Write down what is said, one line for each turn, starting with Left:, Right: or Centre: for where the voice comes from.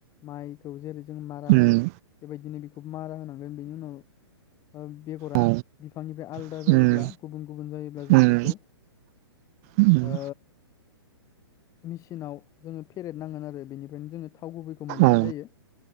Left: माइखौ जेरै जों मारा होयो
Right: उम
Left: बेबायदिनो बेखौबो मारा होनांगोन बेनि उनाव ओ बेग'रा
Right: औ
Left: बिफांनिफ्राय आलादा
Right: उम
Left: जायोब्ला गुबुन गुबुन जायोब्ला जों
Right: उम
Left: बेखौ
Right: उम
Left: ओ मिस नाव जोङो फेरेदनांगोन आरो बेनिफ्रायनो जोङो थाव गुबैखौ मोननाय
Right: औ
Left: जायो